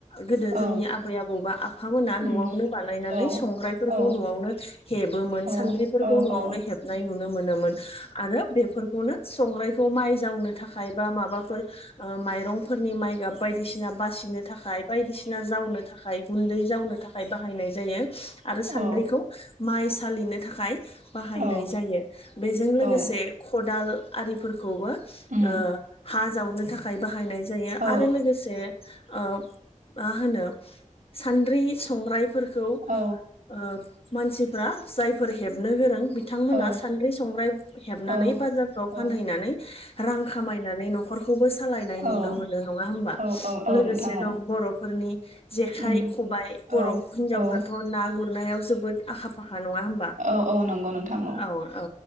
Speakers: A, on the left; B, on the right.
A: गोदो
B: औ
A: जोंनि आ आबौ बा आफा मोना‌न'आवनो
B: उम
A: बानायनानै
B: औ
A: संग्रायफोरखौ
B: औ
A: न'आवनो हेबोमोन
B: औ
A: सानद्रिफोरखौ
B: औ
A: बेखौ नआवनो
B: औ
A: न हेबनाय नुनो मोन आरो बेफोरखौनो संग्राय थ' माइ जावनो थाखाय बा माबाफोर ओ माइरंफोरनि माइ गाब बायदिसिना बासिनो थाखाय बायदिसिना जावनो थाखाय गुन्दै जावनो थाखाय बाहायनाय जायो आरो सान्द्रिखौ
B: औ
A: माइ सालिनो थाखाय बाहायनाय
B: औ
A: जायो बेजों लोगोसे
B: औ
A: खदाल आरिफोर खौबो
B: उम
A: ओ हा जावनो थाखाय बाहायनाय जायो
B: औ
A: आरो लोगोसे ओ मा होनो सान्द्रि संग्रायफोरखौ
B: औ
A: ओ मानसिफ्रा जायफोर हेबनो गोरों बिथांमोना
B: औ
A: सानद्रि संग्राय हेबनानै
B: औ
A: बाजारफ्राव
B: औ
A: फानहैनानै रां खामायनानै न'खर खौबो सालायनाय
B: औ
A: नुनो मोनो नङा होमबा
B: औ औ औ
A: लोगोसे
B: नोंथां
A: दं
B: औ
A: बर'फोरनि जेखाइ
B: उम
A: खबाइ
B: औ
A: बर' हिनजावफ्राथ'
B: औ
A: ना गुरनायाव जोबोद आखा फा खा नङा होमबा
B: औ औ नंगौ नोंथां
A: औ औ